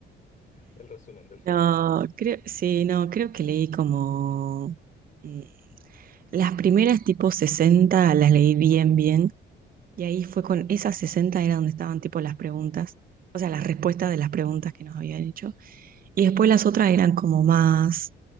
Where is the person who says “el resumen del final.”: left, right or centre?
Left